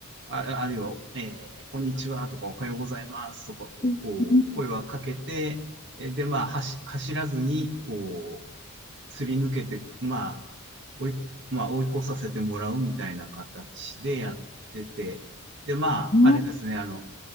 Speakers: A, on the right; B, on the left.
A: あ、あるいは、えーこんにちはとか、おはようございますとか、
B: うん
A: こう、声はかけて、えで、まあ、走走らずに、こう、すり抜けて、まあ、追い、まあ、追い越させてもらうみたいな形でやってて、で、まあ、
B: うん
A: あれですね、あの、